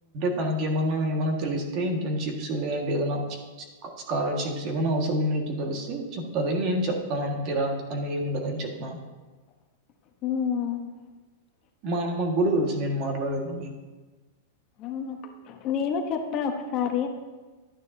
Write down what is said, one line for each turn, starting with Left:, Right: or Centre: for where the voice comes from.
Right: తనక ఏమన్నా ఏమన్నా తెలిస్తే ఇంటర్న్షిప్స్ లేదంటే ఏదైనా స్కాలర్షిప్స్ ఏమైన అవసరం న్నిటి తెలిసి చెప్తదిని నేను చెప్తానుంతరా అంతకన్నా ఏమి ఉండదుని చెప్తు
Left: ఆ
Right: మా అమ్మ కూడా తెలుసు నేను మాట్లాడేదిని
Left: అవును నేను చెప్పా ఒకసారి